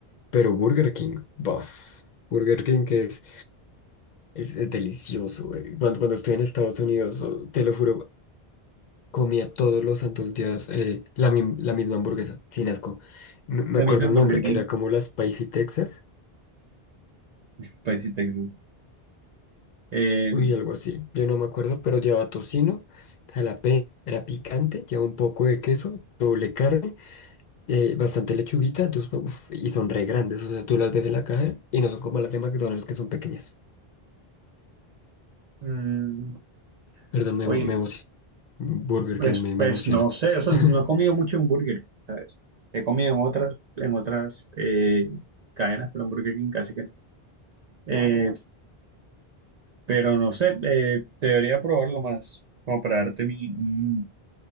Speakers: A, on the left; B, on the right.
A: Pero Burger King, buf. Burger King que es, es, es delicioso, güey. Cuando, cuando estoy en Estados Unidos, oh, te lo juro, comía todos los santos días eh, la, mim- la misma hamburguesa, sin asco. Me me
B: La
A: acuerdo
B: misma en
A: el
B: Burger
A: nombre,
B: King,
A: que era como la Spicy Texas.
B: <laughs> spicy Texas. Eh,
A: Uy, algo así, yo no me acuerdo, pero lleva tocino, jalapeño, era picante, lleva un poco de queso, doble carne, eh, bastante lechuguita, entonces, uf, y son re grandes, o sea, tú las ves en la caja y no son como las de McDonald's que son pequeñas.
B: mm,
A: Perdón, me,
B: Oye,
A: emo- me emociona. Burger
B: pues,
A: King me, me
B: pues
A: emociona.
B: no sé, o sea,
A: <laughs>
B: no no he comido mucho en Burger. King. He comido en otras, en otras eh, cadenas, pero en Burger King casi que no. Eh, pero no sé, eh, debería probarlo más, como para darte mi, un-